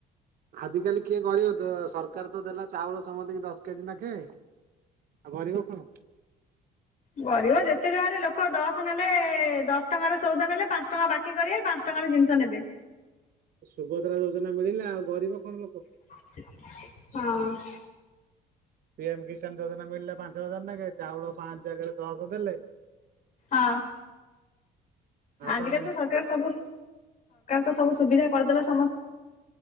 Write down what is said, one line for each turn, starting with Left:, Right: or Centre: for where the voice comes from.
Right: ଆଜ କାଲି କିଏ କହିବ ତ ସରକାର ତ ଦେଲା ଚାଉଳ ସମ୍ଧ କି ଦଶ କେଜି ନାଖେ ଆଉ ଗରିବ କୁଣ
Left: ଗରିବ ଯେତେ ଯାହାରେ ଲୋକ ଦଶ ନେଲେ ଦଶ ଟଙ୍କାରେ ସଉଦ ନେଲେ ପାଞ୍ଚ ଟଙ୍କା ବାକି କରିବ ପାଞ୍ଚା ଟଙ୍କାର ଜିନିଷ ନେବେ।
Right: ସୁଭଦ୍ରା ଯୋଜନା ମିଳିଲା ଆଉ ଗରିବ କଣ ଲୋକ
Left: ହଁ <inaudible>
Right: ପିଏମ କିଷାନ ଯୋଜନା ମିଳିଲେ ପାଞ୍ଚ ହଜାର ନ ଚାଉଳ ପାଞ୍ଚ ହଜାର ଦଶ ଦେଲେ
Left: ହଁ <inaudible>
Right: ଆଉ
Left: ଆଜ
Right: କଣ
Left: କାଲି ତ ସରକାର ସବୁ ତ ସବୁ ସୁବିଧା କରିଦେଲା